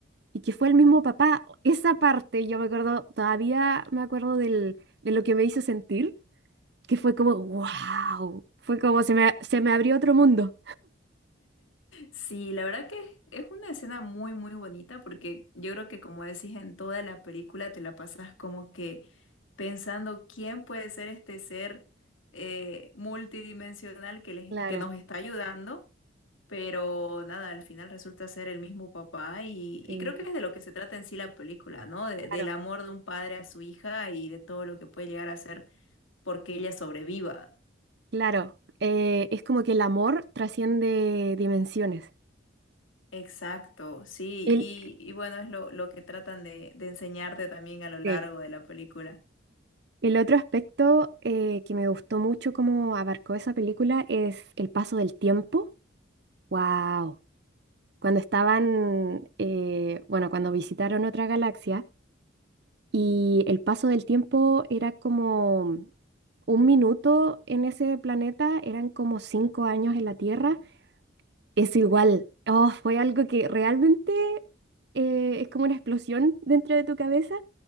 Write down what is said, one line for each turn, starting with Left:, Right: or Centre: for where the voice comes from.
Right: y que fue el mismo papá. Esa parte, yo me acuerdo, todavía me acuerdo del, de lo que me hizo sentir, que fue como, wow, fue como se me, se me abrió otro mundo.
Left: Sí, la verdad que es una escena muy, muy bonita porque yo creo que como decís en toda la película te la pasas como que pensando quién puede ser este ser eh, multidimensional que, les-
Right: Claro,
Left: que nos está ayudando, pero nada, al final resulta ser el mismo papá y,
Right: sí,
Left: y creo que es de lo que se trata en sí la película, ¿no? De-
Right: claro,
Left: del amor de un padre a su hija y de todo lo que puede llegar a ser porque ella sobreviva.
Right: claro. Eh, es como que el amor trasciende dimensiones.
Left: Exacto, sí,
Right: El,
Left: y, y bueno, es lo, lo que tratan de, de enseñarte también a lo largo
Right: sí.
Left: de la película.
Right: El otro aspecto eh, que me gustó mucho como abarcó esa película es el paso del tiempo. Wow. Cuando estaban, eh, bueno, cuando visitaron otra galaxia, Y el paso del tiempo era como un minuto en ese planeta, eran como cinco años en la Tierra. Es igual. Oh, fue algo que realmente eh, es como una explosión dentro de tu cabeza.